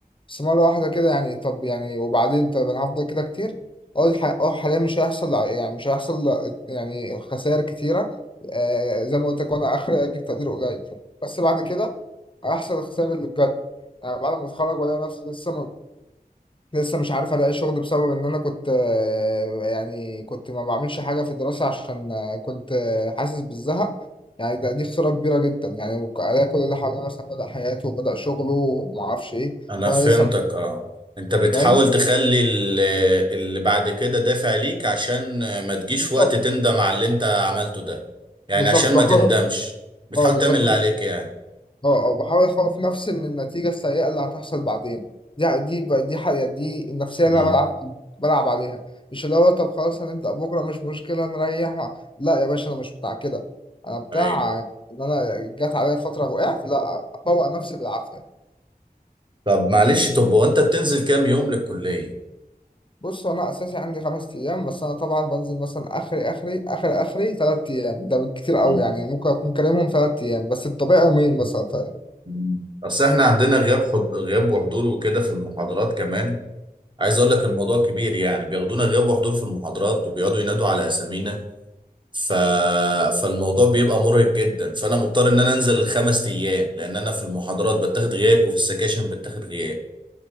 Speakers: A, on the left; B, on the right.
A: بس مرة واحدة كده يعني طب يعني وبعدين طب أنا هفضل كده كتير أقول ح- أه حاليا مش هيحصل يعني مش هيحصل يعني خسائر كتيرة آه زي ما قلت لك وأنا آخر أجيب تقدير قليل بس بعد كده هيحصل الخسائر اللي بجد انا بعد ما اتخرج والاقي نفسي لسه ما لسه مش عارف الاقي شغل بسبب ان انا كنت آه، يعني كنت ما بعملش حاجه في الدراسه عشان آه، كنت آه، حاسس بالزهق يعني ده دي خساره كبيره جدا يعني الاقي كل اللي حواليا مثلا بدا حياته وبدا شغله وما اعرفش ايه
B: انا
A: وانا
B: فهمتك
A: لسه مح-
B: اه انت بتحاول
A: فاهم
B: تخلي ال- اللي بعد كده دافع ليك عشان ما تجيش
A: بالظبط
B: في وقت تندم على اللي انت عملته ده يعني
A: بالظبط
B: عشان
A: بحاول
B: ما تندمش بتحاول
A: اه بالظبط
B: تعمل اللي عليك يعني
A: اه اه بحاول اخوف نفسي من النتيجة السيئة اللي هتحصل بعدين دي دي دي حقيقة دي النفسية
B: امم
A: اللي انا بلعب بلعب عليها مش اللي هو طب خلاص هنبدأ بكرة مش مشكلة نريح لا يا باشا انا مش بتاع كده انا بتاع
B: ايوه
A: ان انا جت عليا فترة وقعت لا افوق نفسي بالعافية
B: طب معلش طب هو انت بتنزل كام يوم للكلية
A: بص انا اساسي عندي خمس ايام بس انا طبعا بنزل مثلا اخري اخري اخر اخري ثلاث ايام ده بالكتير قوي
B: امم
A: يعني ممكن اكون كلامهم ثلاث ايام بس الطبيعي يومين مثلا طيب.
B: أمم. اصل احنا عندنا غياب حض... غياب وحضور وكده في المحاضرات كمان عايز اقول لك الموضوع كبير يعني بياخدونا غياب وحضور في المحاضرات وبيقعدوا ينادوا على اسامينا ف... فالموضوع بيبقى مرهق جدا فانا مضطر ان انا انزل الخمس ايام لان انا في المحاضرات بتاخد غياب وفي السكاشن بتاخد غياب